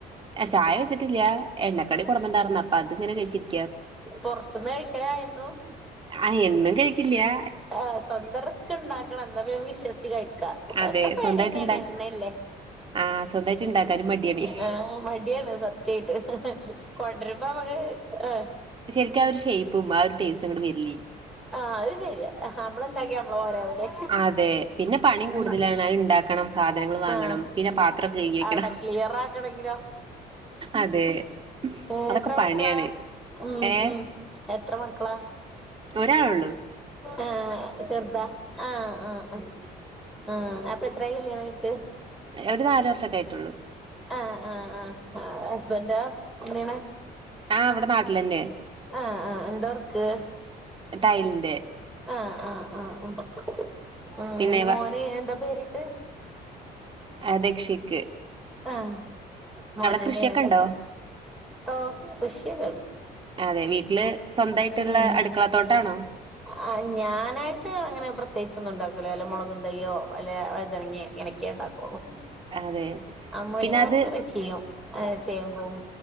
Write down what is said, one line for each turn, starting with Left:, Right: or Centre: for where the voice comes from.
Right: ആഹ് ചായ വെച്ചിട്ടില്ല്യ എണ്ണക്കടി കൊട്ന്ന്ണ്ടായിരുന്നു അപ്പൊ അത് ഇങ്ങനെ കഴിച്ചിരി
Centre: പൊർത്ത്ന്നാ കഴ്ക്കലായെന്നും
Right: ആഹ് എന്നും കഴിക്കില്യാ
Centre: ആഹ് സ്വന്തം റിസ്ക്ണ്ടാക്കണം ന്ന പിനെ മ്ക്ക് വിശ്വസ്ച്ച് കഴിക്കാ
Right: അതെ
Centre: എക്കെ പേട്യനേണ്
Right: സ്വന്തായിട്ടുണ്ടാ
Centre: എണ്ണല്ലേ
Right: ആഹ് സ്വന്തായിട്ട് ഇണ്ടാക്കാനും മടിയാണ്
Centre: ആഹ് മട്യാണ് സത്യായിട്ട് കൊണ്ട്രരുമ്പൊമ്ക്ക് ആഹ്
Right: ശരിക്ക്‌ ആഹ് ഒരു ഷൈപ്പും ആഹ് ഒരു ടേസ്റ്റുങ്ങട്ട് വര്ല്ലി
Centre: ആഹ് അത് ശരിയാ ഹമ്മള്ണ്ടാക്കിയ യമ്മളെ പോലെ ആവൂലെ
Right: അതെ പിന്നെ പണിയും
Centre: ഉം
Right: കൂടുതലാണ് അത് ഇണ്ടാക്കണം സാധനങ്ങൾ വാങ്ങണം
Centre: ആഹ്
Right: പിന്നെ പാത്രൊക്കെ കഴുകി വെക്കണം
Centre: അവ്ടെ ക്ലിയറാക്കണങ്കിലോ
Right: അതെ
Centre: ഉം
Right: അതൊക്കെ
Centre: എത്ര മക്കളാ
Right: പണിയാണ്
Centre: ഉം
Right: ഏ
Centre: ഉം എത്ര മക്കളാ
Right: ഒരാളൊള്ളു
Centre: ആഹ് ചെർതാ ആഹ് ആഹ് ആഹ് ആഹ് അപ്പത്രായി കല്യാണം കഴിഞ്ട്ട്
Right: ഒരു നാല് വർഷൊക്കെ ആയിട്ടുള്ളൂ
Centre: ആഹ് ആഹ് ആഹ് ആഹ് ഹസ്ബൻൻ്റോ എങ്ങനെ
Right: ആഹ് വടെ നാട്ടിലന്നെ
Centre: ആഹ് ആഹ് ആഹ് ന്താവർക്ക്
Right: ടൈൽന്റെ
Centre: ആഹ് ആഹ് ആഹ് ഉം ഉം
Right: പിന്നെ
Centre: മോന് എന്താ പേരിട്ട്
Right: അഹ് ധക്ഷിക്ക്
Centre: ആഹ് മോനന്നെണ്ലേ
Right: കൃഷിയൊക്കെ ഉണ്ടോ
Centre: ഓ പുഷ്യനാണ്
Right: അതെ വീട്ടില് സ്വന്തയിട്ട്ള്ളെ
Centre: ഉം
Right: അട്ക്കളത്തോട്ടാണോ
Centre: ആഹ് ഞാനായിട്ട് അങ്ങനെ പ്രത്യേകിച്ചൊന്നും ണ്ടാക്കൂല വല്ല മൊളകുതയ്യോ വല്ല വഴുതനങ്ങേ എനിക്കേണ്ടാക്കൊള്ളു
Right: അതെ
Centre: അമ്മോശൻക്ക്‌
Right: പിന്നെ അത്
Centre: വശിയും ഹ് ചെയ്യും മ്പോവും